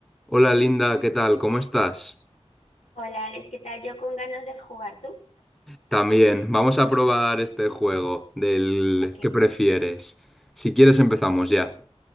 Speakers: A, in the centre; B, on the left.
A: Hola Linda, ¿qué tal? ¿Cómo estás?
B: Hola Alex, ¿qué tal? Yo con ganas de jugar, ¿tú?
A: También, vamos a probar este juego del
B: Ok.
A: ¿qué prefieres? Si quieres empezamos ya.